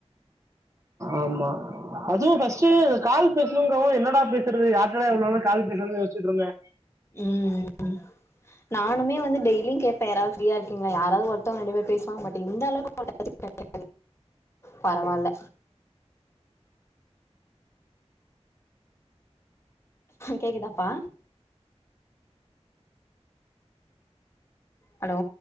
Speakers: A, on the right (about 25°); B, on the left (about 25°).
A: ஆமா அதுவு ஃபஸ்ட்டு கால் பேசணுங்கவு என்னடா பேசுறது யார்ட் என்னடா இவ்ளோ நேரோ கால் பேசறதுனு யோசிச்சிட்டு இருந்தே
B: ம்ம் நானுமே வந்து டெய்லியு கேப்பே யாராவது ஃப்ரீய இருக்கீங்களா யாராவது ஒருத்தங்க ரெண்டு பேர் பேசுவாங்க பட் இந்த அளவுக்கு <inaudible> பரவால்ல கேக்குதாப்பா ஹலோ